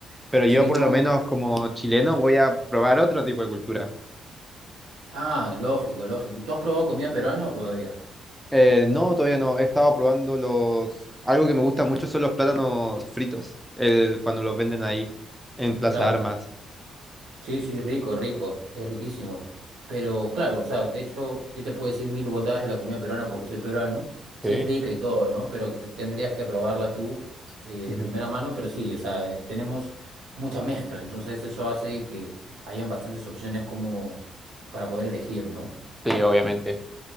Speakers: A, in the centre; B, on the right (about 80°).
A: Pero yo
B: Sí,
A: por
B: no.
A: lo menos como chileno voy a probar otro tipo de cultura.
B: Ah, lógico, lógico. ¿Tú has probado comida peruana o todavía?
A: Eh, no, todavía no. He estado probando los... Algo que me gusta mucho son los plátanos fritos, el- cuando los venden ahí en Plaza
B: Claro.
A: Armas.
B: Sí, sí, rico, rico. Es riquísimo. Pero claro, o sea, de hecho, yo te puedo decir mil bondades de la comida peruana porque soy peruano. Sí
A: Sí,
B: es rica y todo, ¿no? Pero que te- tendrías que probarla tú eh,
A: ujú.
B: de primera mano. Pero sí, o sea, eh, tenemos mucha mezcla. Entonces eso hace que hayan bastantes opciones como para poder elegir, ¿no?
A: Sí, obviamente.